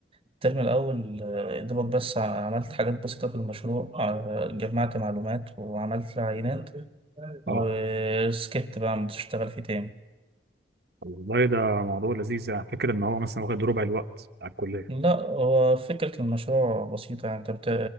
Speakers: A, on the right; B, on the right.
A: الترم الأول آه، يا دوبك بس عملت حاجات بسيطة في المشروع آه، جمعت معلومات وعملت عينات <laughs> وسكت
B: اه
A: بقى مش هشتغل فيه تاني
B: طب والله ده موضوع لذيذ يعني فاكر ان هو مثلا واخد ربع الوقت على الكليه
A: لا هو فكرة المشروع بسيطة يعني أنت بت...